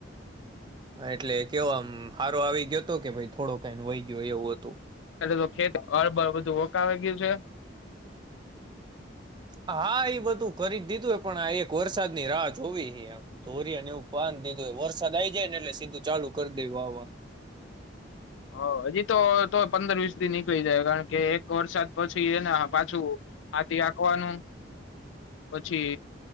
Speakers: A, on the right (about 25°); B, on the left (about 85°).
A: એટલે કેવામ હારો આવી ગયો હતો કે ભાઈ થોડો કઈ વહી ગયો એવું હતું
B: એ ખેત હળબળ બધું ઓકાવ ગયું છે
A: હા એ બધું કરી દીધું હોય પણ આ એક વરસાદની રાહ જોવી હ ધોરીને એવું પાન દીધું વરસાદ આઈ જાય ને એટલે સીધું ચાલુ કરી દે વાનું
B: હા હજી તો તો પંદર વીસ થી નીકળી જાય કારણ કે એક વરસાદ પછી એને પાછું આથી કવાનું પછી